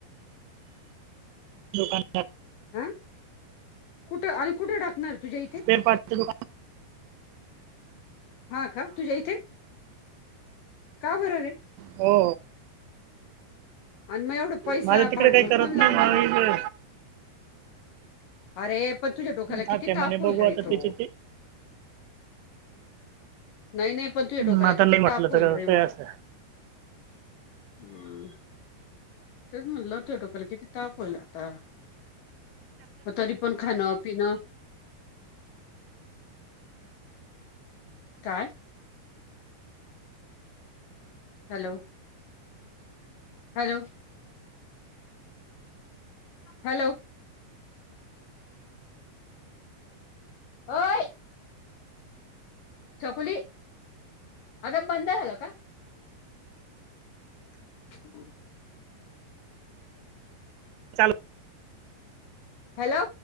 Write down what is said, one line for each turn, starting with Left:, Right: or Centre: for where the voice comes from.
Right: दुकान
Left: हं कुठं आणि कुठ टाकणार तुझ्या इथे
Right: स्पेअर पार्टचं
Left: हा का तुज्या इथे का बर रे?
Right: हो
Left: आणि मग एवढं पैसा
Right: माझं तिकडे
Left: भांडवल
Right: काही करत
Left: कोण लावणारे.
Right: नाही मला इकडे
Left: अरे पण तुझ्या डोक्याला
Right: हा
Left: किती
Right: ते म्हणे
Left: ताप होईल
Right: बघू
Left: रे
Right: आता
Left: तो
Right: त्याचे ते
Left: नाय नाय पण तुझ्या
Right: मग
Left: डोक्याला
Right: आता
Left: किती
Right: नाही म्हटलं
Left: ताप होईल
Right: तर
Left: रे
Right: काय
Left: मग
Right: असं
Left: हम्म तेच म्हणलं तुझ्या डोक्याला किती ताप होईल आता पण तरी पण खान पिनं काय? हॅलो हॅलो हॅलो होय. छकुली अगं बंद झाल का? <inaudible>
Right: चाल
Left: हॅलो?